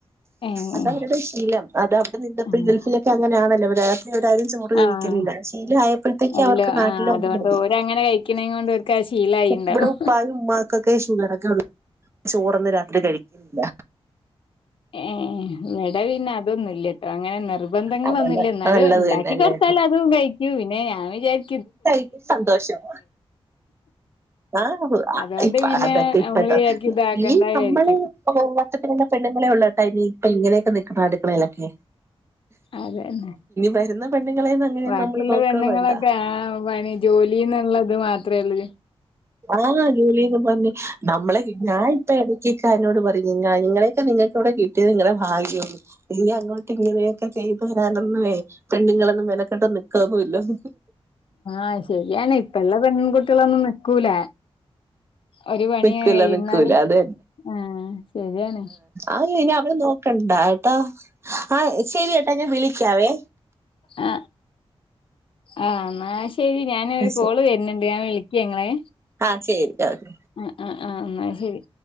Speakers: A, on the left (about 60°); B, on the right (about 25°).
A: ഏഹ്
B: അത അവരുടെ ശീലം അത് അവ്ടെ നിന്നപ്പോ
A: ആഹ്
B: ഗൽഫിലൊക്കെ അങ്ങനെയാണല്ലോ അവര്. ഇവരാരും ചോറ് കഴിക്കലില്ല
A: ആഹ്
B: ശീലം ആയപ്പോഴത്തേക്ക്
A: എല്ലോ
B: അവർക്ക് നാട്ടിലത്
A: ആഹ് അതുകൊണ്ട്
B: മതി.
A: ഓരങ്ങനെ കഴിക്കണേം കൊണ്ട് ഓൽക്കത് ശീലായിണ്ടാവും.
B: ഇബടെ ഉപ്പായും ഉമ്മാക്കൊക്കെ ഷുഗറൊക്കെ ഉള്ള ചോറൊന്നും രാത്രി കഴിക്കില്ല.
A: ഏഹ് വിടെ പിന്നെ അതൊന്നില്ല. അങ്ങനെ നിർബന്ധങ്ങളളൊന്നില്ല
B: അതന്നെ
A: ന്നാലു
B: നല്ലത്
A: ഇണ്ടാക്കി
B: തന്നെയല്ലേ
A: കൊട്ത്താൽ അതും കഴിക്കു പിന്നെ ഞാൻ വിചാര്
B: തയ്ക്ക് സന്തോഷം. ആഹ്
A: അതുകൊണ്ട് പിന്നെ
B: അതക്ക
A: നമ്മള്
B: ഇപ്പ
A: വിചാരിക്കും ഇതാക്കണ്ട
B: ഈ
A: വിചാരിക്കും
B: നമ്മളെ. <unintelligible> പെണ്ണ് ങ്ങള്ളെ ഒള്ള് ട്ടോ ഇനി ഇപ്പൊ ഇങ്ങനെയൊക്കെ നിക്ക്ണെ അടുക്കളേലൊക്കെ.
A: അതെന്നെ
B: വരുന്ന പെണ്ണുങ്ങളെയൊന്നും അങ്ങനെ
A: വാക്കിയുള്ള
B: നമ്മള് നോക്കാ
A: പെണ്ണങ്ങളൊക്കെ
B: വേണ്ട
A: ആ പണി. ജോലിന്നുള്ളത് മാത്രേ ഉള്ളു
B: ആഹ് ജോലിന്ന് പർഞ്ഞ്. നമ്മളെ ഞാനിപ്പെടക്കിക്കാനോട് പറയു നിങ്ങളെയൊക്കെ നിങ്ങൾക്ക ഇവിടെ കിട്ടിയത് നിങ്ങളുടെ ഭാഗ്യന്ന്. ഇനി അങ്ങോട്ട് ഇങ്ങിനെ ഒക്കെ ചെയ്ത് വരാന് ഒന്നുവേ പെണ്ണുങ്ങളൊന്നും മെനക്കെട്ട നിക്കാന്നുല്ലന്ന്.
A: ആഹ് ശരിയാണ് ഇപ്പ ള്ള പെൺൺകുട്ടികളൊന്നും നിക്കൂല. ഒരു പണി
B: നിക്കൂല
A: കഴ്ന്നാല്
B: നിക്കൂല അത്
A: ആഹ് ശരിയാണ്.
B: ആഹ് ഇനി അവിടെ നോക്കണ്ട ട്ടോ ആഹ് ശെരിയട്ടാ ഞാ വിളിക്കാവേ.
A: അ ആഹ് ആഹ് ശെരി ഞാൻ ഒരു
B: ആ
A: കോള് വര്ൻണ്ട് ഞാ വിളിക്കങ്ങളെ.
B: ആഹ് ശരി ഒകെ.
A: ആഹ് ആഹ് ആഹ് എന്നാ ശരി.